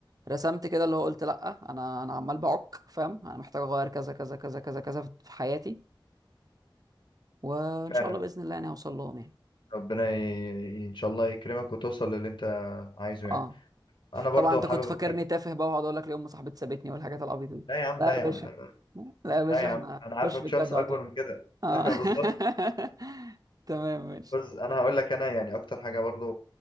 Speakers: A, on the right; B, on the left.
A: رسمت كده اللي هو قلت لا انا انا عمال بعك فاهم انا محتاج اغير كذا كذا كذا كذا كذا في في حياتي وان
B: فعلا
A: شاء الله باذن الله يعني هوصل لهم يعني
B: ربنا ي... ان شاء الله يكرمك وتوصل للي انت عايزه يعني
A: اه
B: انا برضو
A: طبعا انت
B: حابب
A: كنت فاكرني
B: اقول لك
A: تافه بقى وهقعد اقول لك ليه ام صاحبتي سابتني والحاجات العبيطه دي
B: لا يا عم
A: لا
B: لا
A: يا باشا
B: يا عم لا
A: لا يا باشا
B: لا يا
A: احنا
B: عم انا عارفك
A: خش في الجد
B: شخص اكبر
A: على طول
B: من كده <laughs>
A: اه
B: انا بالظبط
A: <laughs> تمام ماشي
B: بس انا هقول لك انا يعني اكتر حاجه برضو